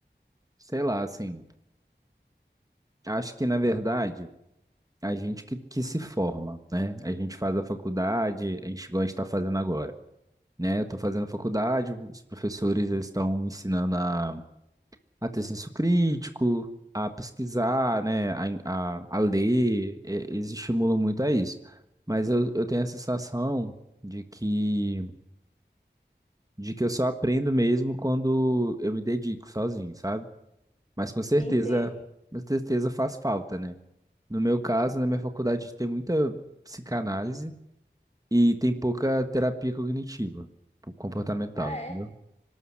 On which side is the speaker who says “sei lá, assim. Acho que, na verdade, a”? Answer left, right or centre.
Right